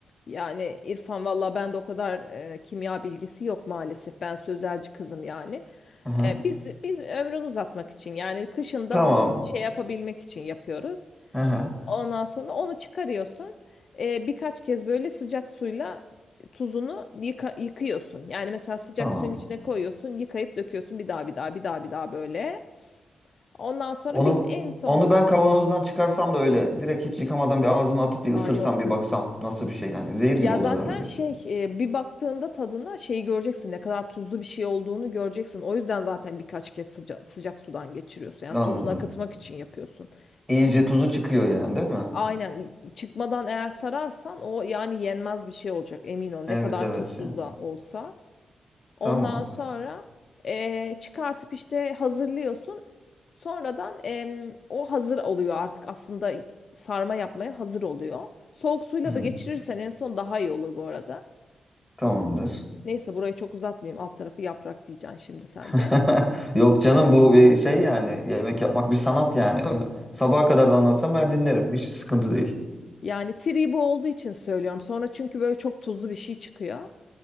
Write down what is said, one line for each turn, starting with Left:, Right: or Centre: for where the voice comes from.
Left: Yani İrfan valla ben de o kadar e, kimya bilgisi yok maalesef. Ben sözelci kızım yani.
Centre: Aha.
Left: E, biz biz ömrünü uzatmak için yani kışında
Centre: Tamam.
Left: bunu şey yapabilmek için yapıyoruz.
Centre: Aha.
Left: Ondan sonra onu çıkarıyorsun. E, birkaç kez böyle sıcak suyla tuzunu yıka- yıkıyorsun. Yani mesela sıcak
Centre: Tamam.
Left: suyun içine koyuyorsun, yıkayıp döküyorsun bir daha bir daha bir daha bir daha böyle. Ondan sonra
Centre: Onu
Left: bir en son
Centre: onu ben kavanozdan çıkarsam da öyle direkt hiç yıkamadan bir ağzıma atıp bir
Left: Aa
Centre: ısırsam
Left: yok.
Centre: bir baksam nasıl bir şey yani zehir
Left: Ya
Centre: gibi olur
Left: zaten
Centre: herhalde değil
Left: şey
Centre: mi?
Left: e, bir baktığında tadına şeyi göreceksin ne kadar tuzlu bir şey olduğunu göreceksin. O yüzden zaten birkaç kez sıca- sıcak sudan geçiriyorsun. Yani
Centre: Anladım.
Left: tuzunu akıtmak için yapıyorsun.
Centre: İyice
Left: Hiç
Centre: tuzu çıkıyor yani değil mi?
Left: aynen çıkmadan eğer sararsan o yani yenmez bir şey olacak emin ol ne
Centre: Evet
Left: kadar
Centre: evet.
Left: tuzsuz
Centre: ya.
Left: da olsa. Ondan
Centre: Tamam.
Left: sonra e, çıkartıp işte hazırlıyorsun. Sonradan em, o hazır oluyor artık aslında sarma yapmaya hazır oluyor. Soğuk suyla
Centre: Hı.
Left: da geçirirsen en son daha iyi olur bu arada.
Centre: Tamamdır.
Left: Neyse burayı çok uzatmayayım. Alt tarafı yaprak diyeceksin şimdi sen
Centre: <laughs>
Left: de.
Centre: Yok canım bu bir şey yani yemek yapmak bir sanat yani. Onu sabaha kadar da anlatsam ben dinlerim. Hiç sıkıntı değil.
Left: Yani tree bu olduğu için söylüyorum. Sonra çünkü böyle çok tuzlu bir şey çıkıyor.